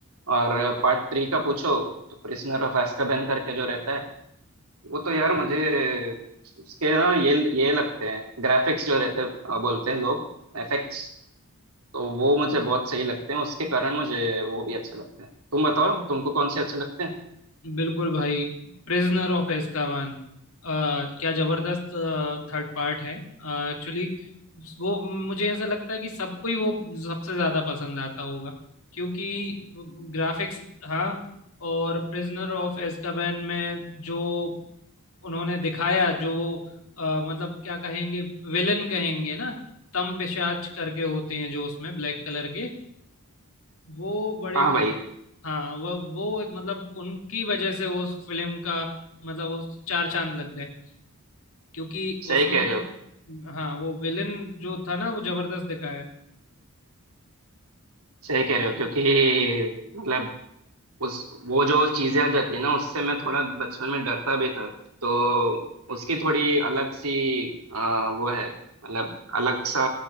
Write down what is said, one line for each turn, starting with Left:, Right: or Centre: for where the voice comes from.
Right: और पार्ट थ्री का पूछो तो प्रिजनर ऑफ azkaban करके जो रहता है वो तो यार मुझे उसके ना ये ये लगते हैं ग्राफिक्स जो रहते हैं बोलते हैं लोग एफेक्ट्स तो वो मुझे बहुत सही लगते हैं उसके कारण मुझे वो भी अच्छे लगते हैं तुम बताओ तुमको कौन से अच्छे लगते हैं
Left: बिल्कुल भाई प्रिजनर ऑफ एस्काबान क्या जबरदस्त थर्ड पार्ट है एक्चुअली वो मुझे ऐसा लगता है कि सबको ही वो सबसे ज्यादा पसंद आता होगा क्योंकि ग्राफिक्स हाँ और प्रिजनर ऑफ एस्काबान में जो उन्होंने दिखाया जो वो अ, मतलब क्या कहेंगे विलन कहेंगे ना तम पिशाच करके होते हैं जो उसमें ब्लैक कलर के वो बड़े
Right: हाँ
Left: खत
Right: भाई
Left: हाँ वो वो मतलब उनकी वजह से वो उस फिल्म का मतलब उस चार चांद लग गए क्योंकि
Right: सही
Left: उसमें
Right: कह रहे हो
Left: हाँ वो विलन जो था ना वो जबरदस्त दिखाया
Right: सही कह रहे हो क्योंकि मतलब उस वो जो चीजें आ जाती है ना उससे मैं थोड़ा बचपन में डरता भी था तो उसकी थोड़ी अलग सी आ, वो है मतलब अलग सा